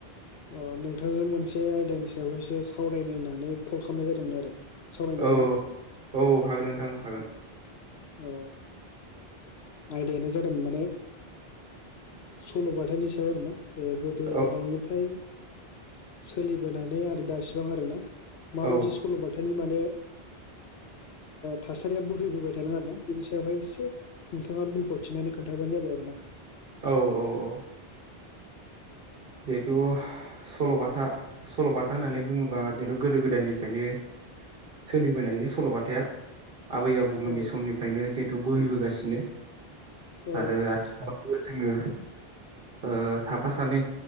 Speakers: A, on the left (about 80°); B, on the right (about 60°).
A: अ नोंथांजों मोनसे आयदानि सायावहायसो सावरायनो होननानै कल खालामनाय जादोंमोन आरो। सावरायनो हागोन
B: औ
A: ना
B: औ हागोन नोंथां हागोन।
A: औ आयदायानो जादों माने सल' बाथानि सायाव आरोना। ए गोदो
B: औ
A: गोदायनिफ्राय सोलिबोनानै आरो दासिबां आरोना। माबायदि
B: औ
A: सल'बाथानि माने थासारिया बोहैबोबाय थादों आरो ना बेनि सायावहाय एसे नोंथाङा बुंफोरथिनानै खोन्थाबानो जाबाय आरो ना।
B: औ औ औ जिहेथु सल'बाथा सल'बाथा होननानै बुङोबा जिहेतु गोदो गोदायनिफ्रायनो सोलिबोनाय बे सल'बाथाया। आबै आबौमोननि
A: औ
B: समनिफ्रायनो जिहेतु बोहैबोगासि नो
A: औ
B: आरो आथि जोङो ओ साफा सानै